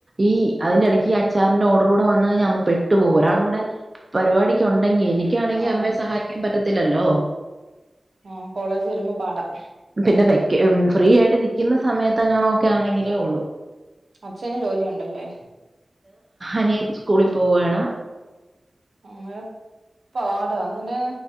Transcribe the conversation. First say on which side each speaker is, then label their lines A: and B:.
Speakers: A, on the right; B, on the right.
A: ഈ അതിന്റെ ഇടയ്ക്ക് ഈ അച്ചാറിന്റെ ഓർഡർ കൂടെ വന്ന്. കഴിഞ്ഞാ അമ്മ പെട്ടു പോകും ഒരാള് കൂട. പരിപാടിക്ക് ഉണ്ടെങ്കി എനിക്കാണെങ്കി
B: ആഹ്
A: അമ്മയെ സഹായിക്കാൻ പറ്റത്തില്ലല്ലോ.
B: ആഹ് കോളേജിൽ വരുമ്പോ പാടാം.
A: പിന്നെ വെക്ക ഫ്രീ ആയിട്ട് നിക്കുന്ന സമയത്ത്അങ്ങണേ ഒക്കെ ആണെങ്കിലേ ഉള്ളൂ.
B: അച്ഛന് ജോലിയുണ്ടല്ലേ
A: അനിയൻ സ്കൂളിൽ പോവേണ്.
B: അങ്ങനെ പാടാണന്